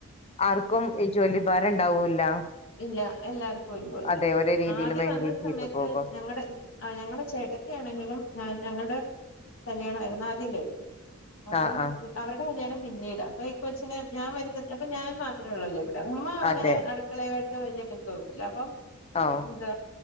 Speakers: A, on the left (about 30°); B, on the left (about 65°).
A: ആർക്കും ഈ ജോലി ഭാരം ഉണ്ടാവൂല്ല
B: ഇല്ല എല്ലാർക്കും ഒരുപോലെ
A: അതെ ഒരേ രീതിയിൽ
B: ആദ്യം
A: മെയിന്റെയിൻ
B: വന്ന സമയത്ത്
A: ചെയ്തു പോകും
B: ഞ ഞങ്ങളുടെ ചേട്ടത്തി ആണെങ്കിലും ഞങ്ങടെ കല്യാണംമായിരുന്നു ആദ്യം കഴിയും അപ്പം
A: ആ ആ
B: അവരുടെ കല്യാണം പിന്നീട് അപ്പൊ കൊച്ചന് ഞാൻ വരുന്ന അപ്പൊ ഞാൻ മാത്രേ ഉള്ളല്ലോള്ളൂ ഉമ്മ അങ്ങനെ
A: അതെ
B: അടുക്കളയുമായിട്ട് വലിയ ബന്ധന്നല്ല അപ്പം
A: ആഹ്
B: എന്താ